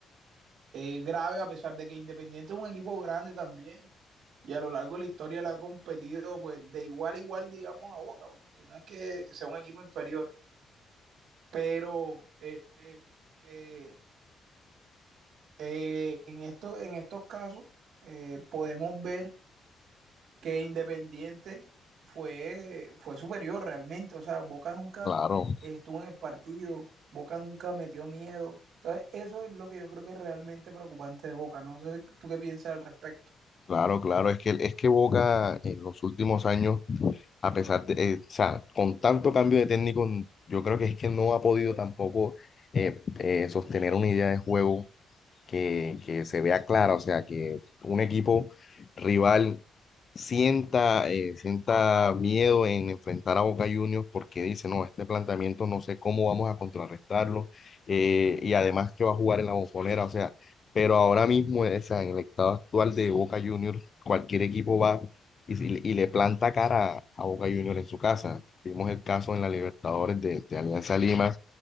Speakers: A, on the right; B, on the left.
A: eh, grave, a pesar de que Independiente es un equipo grande también, y a lo largo de la historia le ha competido pues de igual a igual, digamos, a Boca, porque no es que sea un equipo inferior. Pero eh, eh, eh, en, esto, en estos casos eh, podemos ver que Independiente fue, fue superior realmente. O sea, Boca nunca
B: claro,
A: estuvo en el partido, Boca nunca metió miedo. Entonces, eso es lo que yo creo que es realmente preocupante de Boca. No sé tú qué piensas al respecto.
B: claro, claro. Es que, es que Boca en los últimos años a pesar de, eh, o sea, con tanto cambio de técnico, yo creo que es que no ha podido tampoco eh, eh, sostener una idea de juego que, que se vea clara, o sea, que un equipo rival sienta, eh, sienta miedo en enfrentar a Boca Juniors porque dice, no, este planteamiento no sé cómo vamos a contrarrestarlo eh, y además que va a jugar en la Bombonera, o sea, pero ahora mismo, eh, o sea, en el estado actual de Boca Juniors, cualquier equipo va y, si- y le planta cara a Boca Juniors en su casa. Vimos el caso en la Libertadores de, de Alianza Lima,